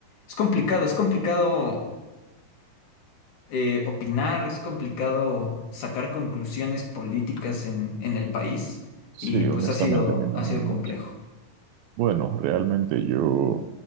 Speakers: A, on the left; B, on the right.
A: es complicado, es complicado eh, opinar, es complicado sacar conclusiones políticas en, en el país
B: Sí,
A: y pues
B: honestamente
A: ha sido,
B: me imagino.
A: ha sido complejo.
B: Bueno, realmente yo